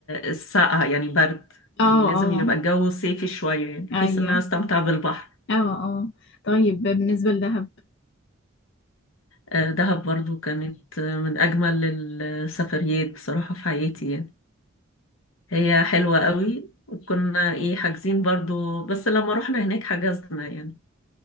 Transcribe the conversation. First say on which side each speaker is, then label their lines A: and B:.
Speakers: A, on the left; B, on the left.
A: السقعة يعني برد
B: اه
A: يعني لازم
B: اه
A: يبقى الجو صيفي شوية يعني بحيث
B: ايوه
A: إن أنا أستمتع بالبحر
B: اه اه طيب بالنسبه لدهب
A: آه دهب برضو كانت آه، من أجمل السفريات بصراحة في حياتي يعني هي حلوة قوي وكنا ايه حاجزين برضو بس لما رحنا هناك حجزنا يعني